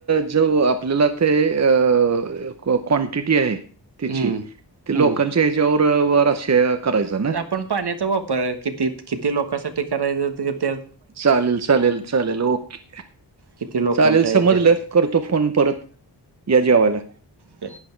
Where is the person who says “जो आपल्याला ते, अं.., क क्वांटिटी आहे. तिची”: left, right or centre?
Right